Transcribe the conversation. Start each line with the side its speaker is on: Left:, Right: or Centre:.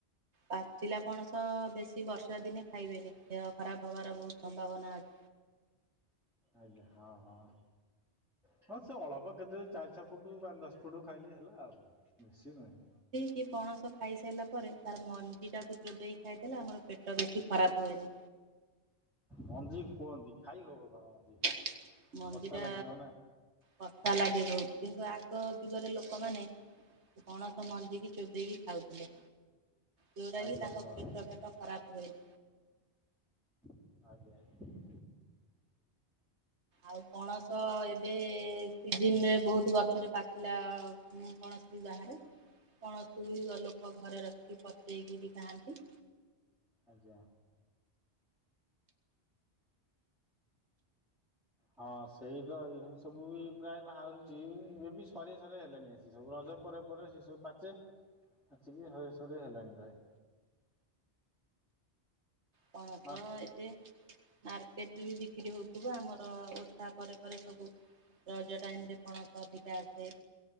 Right: ପାଚିଲା ପଣସ ବେଶୀ ବର୍ଷା ଦିନେ ଖାଇବେନି। ଦେହ ଖରାପ ହବାର ବହୁତ ସମ୍ଭାବନା ଅଛି।
Centre: ଆଜ୍ଞା ହଁ ହଁ ହଁ ସେ ଅଳ୍ପ କେତେବେଳେ ଚାରି ଛଅ ଫୁଟ ପା ଦଶ ସଟୁ ଖାଇଲେ ହେଲା ଆଉ ମିଶ ନହିଁ।
Right: କିଏ ପଣସ ଖାଇସାରିଲା ପରେ ତାର ମଞ୍ଜିଟାକୁ ଚୋବେଇ ଖାଇଦେଲେ ଆମର ପେଟ ବେଶୀ ଖରାପ ହୁଏନି।
Centre: ମଞ୍ଜି କୁହନ୍ତି ଖାଇ ହବ କଣ?
Right: <inaudible> ମନ୍ଦିରା
Centre: କଷା ଲାଗିବ ନା
Right: କଥା ଲାଗେ ବହୁତ କିନ୍ତୁ ଆଗ ଯୁଗରେ ଲୋକମାନେ ପଣସ ମଞ୍ଜିିକି ଚୋବେଇକି ଖାଉଥିଲେ। ଯଉରା
Centre: ଆଜ୍ଞା
Right: କି ତାଙ୍କ
Centre: ହଁ
Right: ପେଟ ଫେଟ ଖରାପ ହୁଏନ୍।
Centre: ଆଜ୍ଞା।
Right: ଆଉ ପଣସ ଏବେ ସିଜିନରେ ବହୁତ ଗଛରେ ପାଚିଲା ମୁଁ କୌଣସି ବାହାରେ କୌଣସି ବି ଲୋକ ଘରେ ରଖିକି ପଚେଇକି ବି ଖାଆନ୍ତି।
Centre: ଆଜ୍ଞା। ହଁ ସେଇ ତ ଏଇଭ ସବୁ ବି ପ୍ରାୟ ବାହାରୁଛି ଏବେ ବି ସରିବା ସରିବା ହେଲାଣି ଆସି ସବୁ ରଜ ପରେ ପରେ ସେ ସବୁ ପାଚେ ପାଚିକି ହରେ ସରେ ହେଲାଣି ପାଏ।
Right: ପଣ
Centre: ମାର୍କ
Right: ତ- ଏବ୍ ମାର୍କେଟରେ ବି ବିକ୍ରି ହଉଥିବ ଆମର ଓଷା ପରେ ପରେ ସବୁ ରଜ ଟାଇମ ରେ କଣସ ଅଧିକା ଆସେ।